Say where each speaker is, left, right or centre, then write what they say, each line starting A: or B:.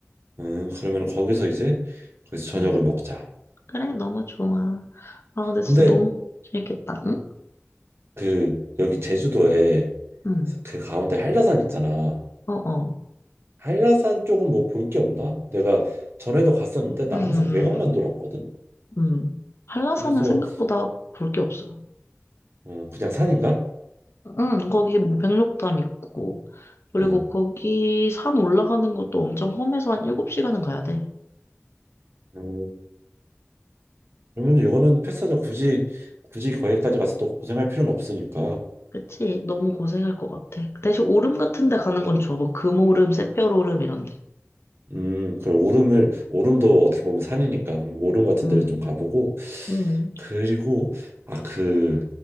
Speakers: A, on the right; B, on the left.
A: 음, 그러면 거기서 이제 거기서 저녁을
B: 응.
A: 먹자.
B: 그래, 너무 좋아. 아, 근데 진짜
A: 근데
B: 너무 재밌겠다. 응?
A: 그 여기 제주도에
B: 응.
A: 그 가운데 한라산 있잖아.
B: 어, 어.
A: 한라산 쪽은 뭐 볼 게 없나? 내가 전에도 갔었는데 난
B: 음,
A: 항상 외곽만 돌았거든.
B: 음. 한라산은
A: 그래서
B: 생각보다 볼 게 없어.
A: 어, 그냥 산인가?
B: 응, 거기 뭐 백록담 있고, 그리고
A: 응.
B: 거기 산 올라가는 것도 엄청 험해서 한 7시간은 가야 돼.
A: 음, 그러면 이거는 패스하자. 굳이 굳이 거기까지 가서 또 고생할 필요는 없으니까.
B: 그치? 너무 고생할 것 같아. 대신 오름 같은 데 가는 건 좋아. 뭐 금오름, 새별오름 이런 데.
A: 음, 그럼 오름을 오름도 어떻게 보면 산이니까 그럼 오름 같은
B: 음,
A: 데를 좀 가보고
B: 음,
A: 그리고 아 그